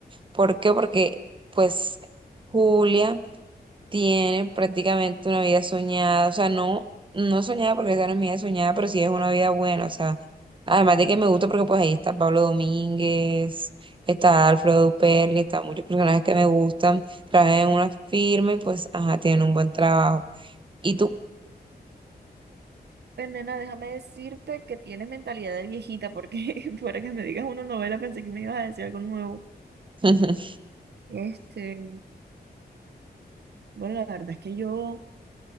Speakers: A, on the right; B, on the right.
A: ¿Por qué? Porque pues Julia tiene prácticamente una vida soñada, o sea, no, no soñada porque esa no es mi vida soñada, pero sí es una vida buena, o sea, además de que me gusta porque pues ahí está Pablo Domínguez, está Alfredo Perli, está muchos personajes que me gustan, trabajan en una firma y pues, ajá, tienen un buen trabajo. ¿Y tú?
B: Pues, nena, déjame decirte que tienes mentalidad de viejita, porque <laughs> para que me digas una novela pensé que me ibas a decir algo nuevo.
A: <laughs>
B: Este, bueno, la verdad es que yo,